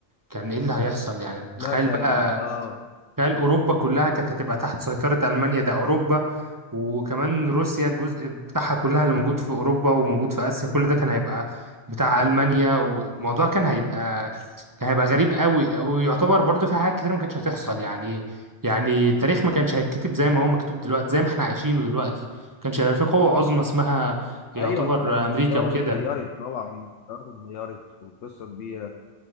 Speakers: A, on the right (about 20°); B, on the left (about 85°).
A: كان ايه اللي هيحصل يعني
B: مثلا
A: تخيل بقى
B: اه
A: تخيل اوروبا كلها كانت هتبقى تحت سيطرة المانيا ده اوروبا وكمان روسيا الجزء بتاعها كلها اللي موجود في اوروبا وموجود في اسيا كل ده كان هيبقى بتاع المانيا والموضوع كان هيبقى كان هيبقى غريب قوي ويعتبر برضو في حاجات كتير ما كانتش هتحصل يعني يعني التاريخ ما كانش هيتكتب زي ما هو مكتوب دلوقتي زي ما احنا عايشينه دلوقتي ما كانش هيبقى في قوة عظمى اسمها يعتبر
B: ايوه انت أنت
A: امريكا
B: الدول
A: وكده
B: اتغيرت طبعا الدول اتغيرت وقصه كبيره